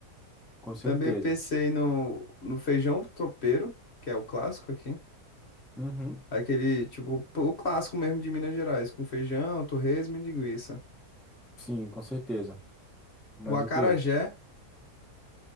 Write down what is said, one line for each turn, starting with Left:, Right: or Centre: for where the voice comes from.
Centre: com certeza.
Left: Também pensei no, no feijão tropeiro, que é o clássico aqui.
Centre: Uhum.
Left: Aquele, tipo, o clássico mesmo de Minas Gerais, com feijão, torresmo e linguiça.
Centre: Sim, com certeza. Mas
Left: O acarajé.
Centre: o quê?